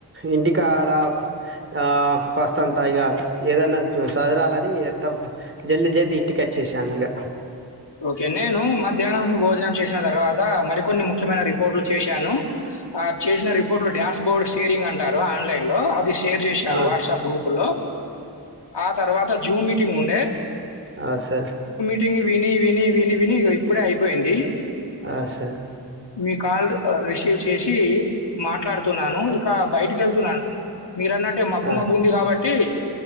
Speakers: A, on the right (about 30°); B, on the left (about 80°).
A: ఇంటికాడా ఆ కాస్తంతా ఇగా ఏదైనా సదరాలని చేద్దాం అ జల్ది జల్దీ ఇంటికి వచ్చేసాం ఇక
B: ఓకే నేను మధ్యాహ్నం భోజనం చేసిన తర్వాత మరికొన్ని ముఖ్యమైన రిపోర్ట్లు చేశాను ఆ చేసిన రిపోర్ట్లు డాష్ బోర్డ్ కేరింగ్ అంటారు ఆన్లైన్ లో షేర్ చేశాను
A: అవును
B: వాట్సాప్ గ్రూప్ లో ఆ తర్వాత జూమ్ మీటింగ్ ఉండే
A: ఆ సార్
B: సింగిల్ విని విని విని విని ఇగో ఇప్పుడే అయిపోయింది.
A: ఆ సార్
B: మీ కాల్ రిసీవ్ చేశి మాట్లాడుతున్నాను ఇక బయటికి వెళ్ తున్నాను మీరన్నట్టే మబ్బు
A: ఆ
B: మబ్బు ఉంది కాబ ట్టి